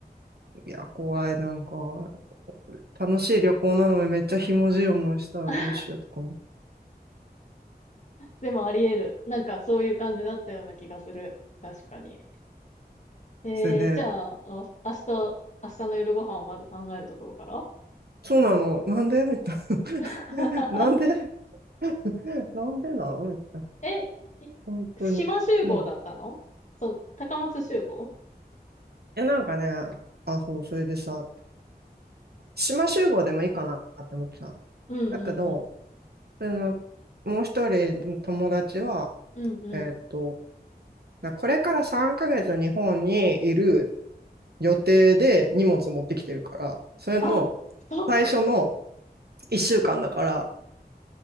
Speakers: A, on the right (about 70°); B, on the left (about 45°).
A: いや、怖い。なんか、楽しい旅行なのにめっちゃひもじい思いしたらどうしようとかも。
B: <laughs> でもあり得る。なんかそういう感じだったような気がする。確かに。えー、
A: それで、
B: じゃあ、あ明日、明日の夜ご飯をまず考えるところから
A: そうなの。なんでみたい
B: <laughs>
A: な。<laughs> なんで <laughs> なんでな、うん、
B: え、い島集合だったのそう、
A: 本当に。うん。
B: 高松集合
A: え、なんかね、あ、そう、それでさ、島集合でもいいかなって思ってさ。
B: うんうんうん。
A: だけど、その、もう一人の友達は、
B: うんうん。
A: えーっと、なこれから3ヶ月日本にいる予定で荷物持ってきてるから、それの
B: あ、そっか。
A: 最初の1週間だから、